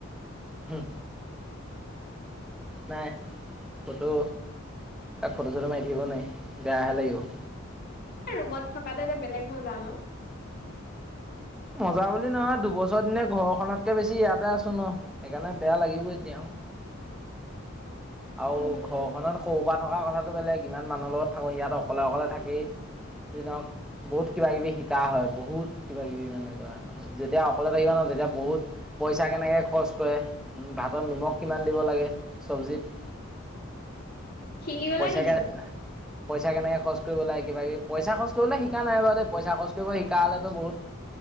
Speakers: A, in the centre; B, on the left.
A: হুম। নাই, ফটো ফটো চটো মাৰি থাকিব নোৱাৰি, বেয়াহে লাগিব।
B: এ, ৰুমত থকাটো এটা বেলেগ মজা ন?
A: মজা বুলি নহয়, দুবছৰ দিনে ঘৰখনতকে বেছি ইয়াতে আছো ন। সেইকাৰণে বেয়া লাগিবই এতিয়া আও। আৰু
B: উম
A: ঘৰখনত সৰুপা থকা কথাটো বেলেগ, ইমান মানুহৰ লগত থাকো ইয়াত অকলে অকলে থাকি যি নহওক বহুত কিবা কিবি শিকা হয়, বহুত কিবা কিবি মানে ধৰা <unintelligible> যেতিয়া অকলে থাকিবা ন তেতিয়া বহুত পইচা কেনেকে খৰচ কৰে, ভাতত নিমখ কিমান দিব লাগে, চব্জিত।
B: শিকি গলা
A: পইচা
B: নি
A: কেনে,
B: চব
A: পইচা কেনেকে খৰচ কৰিব লাগে কিবা কিবি। পইচা খৰচ কৰিবলে শিকা নাই বাৰু দেই পইচা খৰচ শিকা হ'লেতো বহুত,